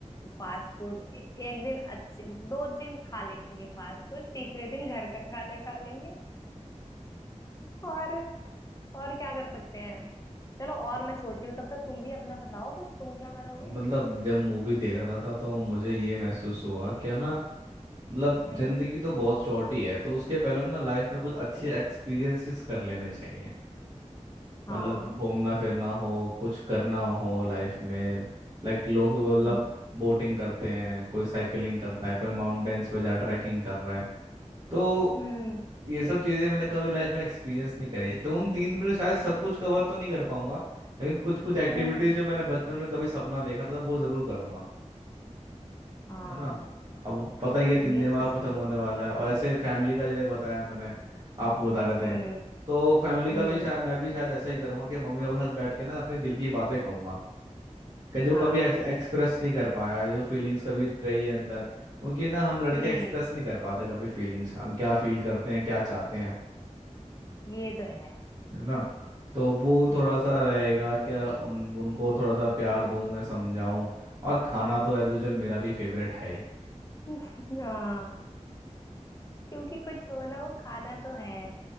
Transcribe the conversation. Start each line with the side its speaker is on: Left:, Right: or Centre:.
Left: फास्ट फूड एक दिन अच्छे दो दिन खा लेंगे फास्ट फूड तीसरे दिन घर का खाना खा लेंगे और और क्या कर सकते हैं चलो और मैं सोच रही हूँ तब तक तुम भी अपना बताओ कुछ तुम क्या करोगे
Right: मतलब जब मूवी देख रहा था तो मुझे ये महसूस हुआ क्या ना मतलब
Left: हम्म
Right: जिंदगी तो बहुत शॉर्ट ही है तो उसके पहले ना लाइफ में कुछ अच्छे एक्सपीरियंसेस कर लेने चाहिए
Left: हाँ
Right: मतलब घूमना फिरना हो कुछ करना हो लाइफ में लाइक लोग मतलब
Left: हम्म
Right: बोटिंग करते हैं कोई साइकिलिंग करता है कोई माउंटेन्स पे जा ट्रैकिंग कर रहा है तो
Left: हम्म
Right: ये सब चीजें मैंने कभी लाइफ में एक्सपीरियंस नहीं करी तो उन तीन में शायद सब कुछ कवर तो नहीं कर पाऊंगा लेकिन कुछ कुछ एक्टिविटीज
Left: हम्म
Right: जो मैंने बचपन में कभी सपना देखा था वो जरूर करूंगा
Left: हाँ
Right: है ना अब पता ही है तीन
Left: ये
Right: दिन बाद
Left: तो सही
Right: खत्म होने वाला है और ऐसे फैमिली का जैसे बताया मैंने आप बता रहे थे
Left: हम्म
Right: तो फैमिली का
Left: हम्म
Right: भी शायद मैं भी शायद ऐसा ही करूंगा कि मम्मी पापा के साथ बैठ के ना अपने दिल की बातें कहूंगा कि जो
Left: हाँ
Right: कभी एक्सप्रेस नहीं कर पाया जो फीलिंग्स कभी रही है अंदर क्योंकि ना हम लड़के
Left: हम्म
Right: एक्सप्रेस नहीं कर पाते कभी फीलिंग्स हम क्या फील करते हैं क्या चाहते हैं
Left: ये तो है
Right: है ना तो वो
Left: हाँ
Right: थोड़ा सा रहेगा क्या उन उनको थोड़ा सा प्यार दूं मैं समझाऊं और खाना तो एज यूजल मेरा भी फेवरेट है ही
Left: <laughs> हाँ क्योंकि कुछ हो ना वो खाना तो है